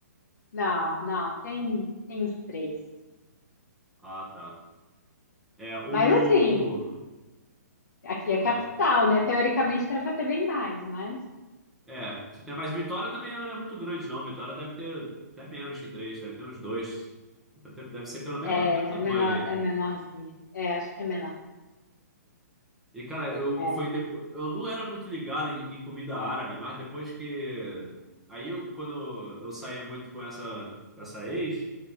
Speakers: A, on the left; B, in the centre.
A: Não, não, tem, tem os três.
B: Ah, tá. É, o.
A: Mas assim, aqui é capital,
B: ah,
A: né? Teoricamente era para ter bem mais, mas
B: é, tem- mas Vitória também não é muito grande, não. Vitória deve ter até menos que três, deve ter uns dois. Deve ter- deve ser pelo mesmo,
A: é,
B: mesmo tamanho
A: é menor,
B: aí.
A: é menorzinha. É, acho que é menor.
B: E, cara, eu
A: É,
B: foi depois. Eu não era muito ligado em, em comida árabe, mas depois que. Aí eu, quando eu saía muito com essa, com essa ex,